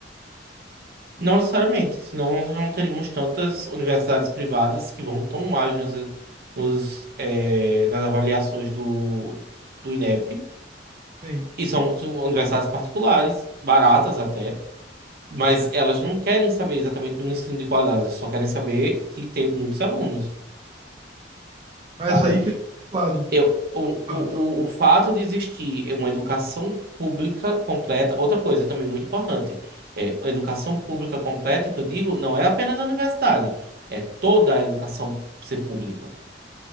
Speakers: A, on the right (about 55°); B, on the right (about 30°).
A: Não necessariamente, senão nós não teríamos tantas universidades privadas que vão tão mais nos, nos, eh, nas avaliações do, do INEP.
B: Sim,
A: E
B: sim.
A: são su- universidades particulares, baratas até, mas elas não querem saber exatamente de um ensino de qualidade, elas só querem saber de ter muitos alunos,
B: Mas
A: sabe?
B: aí tem outro lado.
A: Eu, o, o,
B: Fala, fala.
A: o o fato de existir uma educação pública completa, outra coisa também muito importante, é a educação pública completa, que eu digo, não é apenas a universidade, é toda a educação ser pública,